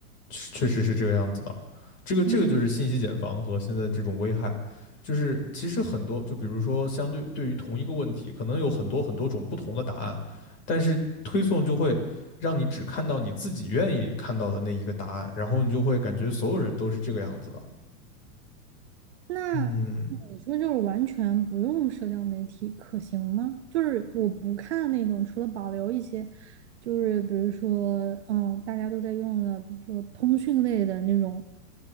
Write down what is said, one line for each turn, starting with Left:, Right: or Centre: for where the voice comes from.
Left: 确实是这个样子的。这个这个就是信息茧房和现在这种危害，
Right: 嗯，
Left: 就是其实很多，就比如说相对对于同一个问题，可能有很多很多种不同的答案，但是推送就会让你只看到你自己愿意看到的那一个答案，然后你就会感觉所有人都是这个样子的。
Right: 那你说就是完全不用社交媒体可行吗？
Left: 嗯
Right: 就是我不看那种，除了保留一些，就是比如说嗯大家都在用的，比如说通讯类的那种。